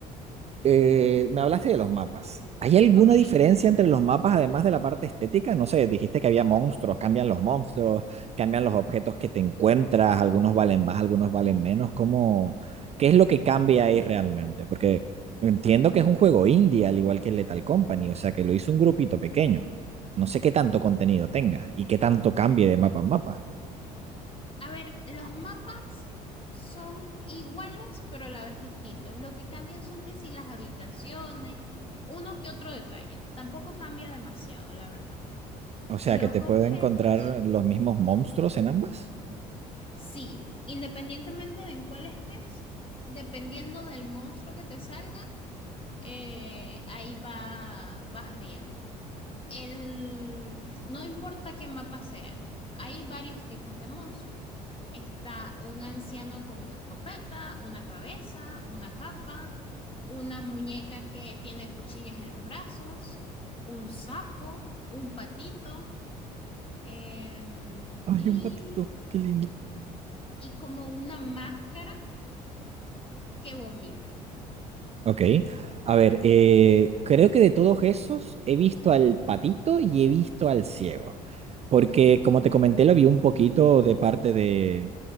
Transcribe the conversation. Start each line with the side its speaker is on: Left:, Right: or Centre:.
Right: Eh, me hablaste de los mapas. ¿Hay alguna
Left: Ok.
Right: diferencia entre los mapas además de la parte estética? No sé, dijiste que había monstruos, cambian los monstruos, cambian los objetos que te encuentras, algunos valen más, algunos valen menos. ¿Cómo, qué es lo que cambia ahí realmente? Porque entiendo que es un juego indie, al igual que el Lethal Company, o sea que lo hizo un grupito pequeño. No sé qué tanto contenido tenga y qué tanto cambie de mapa en mapa.
Left: A ver, los mapas son iguales, pero a la vez distintos. Lo que cambian son que si las habitaciones, uno que otro detalle. Tampoco cambia demasiado, la verdad.
Right: O sea
Left: Los
Right: que te
Left: objetos,
Right: puede encontrar los mismos monstruos en ambas.
Left: sí, independientemente de en cuál estés, dependiendo del monstruo que te salga, eh, ahí va, vas viendo. El, no importa qué mapa sea, hay varios tipos de monstruos. Está un anciano con una escopeta, una cabeza, una capa, una muñeca que tiene cuchillas en los brazos, un sapo, un patito, eh,
Right: Ay,
Left: y
Right: un patito, qué lindo.
Left: y como una máscara que vomita.
Right: Ok. A ver, eh, creo que de todos esos he visto al patito y he visto al ciego. Porque
Left: Ok.
Right: como te comenté, lo vi un poquito de parte de,